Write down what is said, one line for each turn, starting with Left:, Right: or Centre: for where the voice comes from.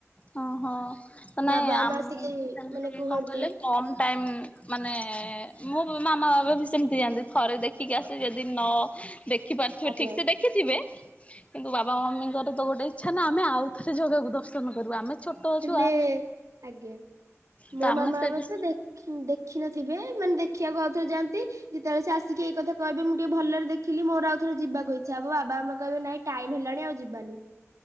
Left: ହିଁ ହିଁ ନାଇଁ
Right: ବାବା
Left: ଆମକୁ
Right: ମା ଆସିକି
Left: <unintelligible> କଣ
Right: ମାନେ କୁହନ୍ତି
Left: କଲେ କମ ଟାଇମ। ମାନେ ମୋ ମାମା ବାପ ବି ସେମିତି ଯାଆନ୍ତି। ଥରେ ଦେଖିକି ଆସିବେ ଯଦି ନ ଦେଖି ପାରୁଥିବେ
Right: ଆଜ୍ଞା
Left: ଠିକ୍ ସେ ଦେଖ ଦେଖିଥିବେ, କିନ୍ତୁ ବାବା ମମିଙ୍କର ତ ଗୋଟେ ଇଛା ନା ଆମେ ଆଉ ଥରେ ଜଗାକୁ ଦର୍ଶନ କରିବୁ। ଆମେ ଛୋଟ
Right: ହେଲେ,
Left: ଛୁଆ
Right: ଆଜ୍ଞା।
Left: ତ
Right: ମୋ
Left: ଆମେ
Right: ମାମା
Left: ସେ
Right: ବାବା
Left: ବି
Right: ତ ଦେଖ ଖି ଦେଖିନଥିବେ ମାନେ ଦେଖିବାକୁ ଆଉଥରେ ଯାଆନ୍ତି। ଯେତେବେଳେ ସେ ଆସିକି ଏଇ କଥା କହିବେ ମୁଁ ଟିକେ ଭଲରେ ଦେଖିଲି ମୋର ଆଉ ଥରେ ଯିବାକୁ ଇଛା ହବ। ମୋ ବାବା ମାମା କହିବେ ନାଇଁ ଟାଇମ ହେଲାଣି ଆଉ ଯିବାନି।